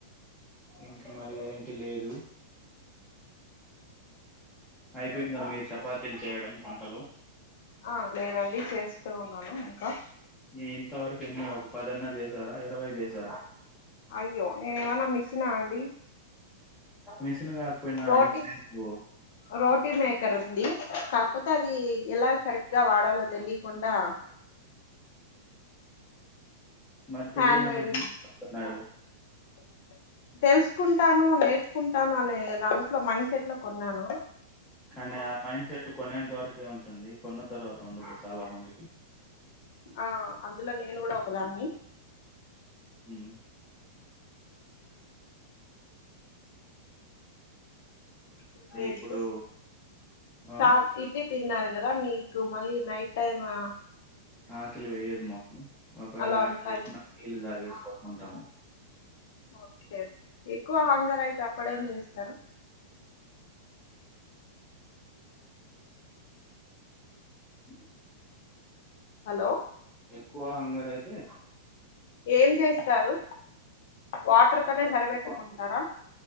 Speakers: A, in the centre; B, on the left.
A: ఇంకా మరి ఏంటి లేదు అయిపోయిందా మీర్ చపాతీల్ చేయడం వంటలు
B: ఆ లేదండి చేస్తూ ఉన్నాను ఇంకా
A: ఈ ఇంతవరకు ఎన్ని ఒక పద అన్న చేసారా ఇరవై చేసారా
B: అయ్యో నేను ఏమన్నా మిస్సినా అండి
A: మిషన్ కాక్ పోయినా
B: రోటీ
A: ఎంతసేపు
B: రోటీ మేకర్ ఉంది కాకపోతే అది ఎలా సరిగ్గా వాడాలో తెలీకుండా
A: మరి తెలినప్పుడు
B: హ్యాండ్ మేడ్
A: ఎందుకు కోనుకున్నారు
B: తెలుసుకుంటాను నేర్చుకుంటాను అనే దాంట్లో మైండ్ సెట్ లో కొన్నాను
A: కానీ ఆ మైండ్ సెట్ కొనేంత వరకే ఉంటుంది కొన్న తర్వాత ఉండదు చాలా మందికి
B: ఆ అందులో నేను కూడా ఒకదాన్ని
A: మ్
B: ఇకేంటి
A: ఇప్పుడు ఆ
B: సా విజిత్ తిన్నారు కదా మీకు మళ్ళీ నైట్ టైమా
A: ఆకలి వేయదు మాకు ఒకవేళ
B: అలా
A: ఆకలి
B: అంతా
A: వేసిన తాగేసి పడుకుంటాము
B: ఓకే అండి ఎక్కువ హంగర్ అయితే అప్పుడే మ్ చేస్తారు
A: అ
B: హలో
A: ఎక్కువా హంగర్ అయితే
B: ఏమ్ చేస్తారు వాటర్
A: ఎక్కువ హంగర్
B: తోనే
A: అయితే
B: సరి బేట్టుకుంటారా
A: మాకు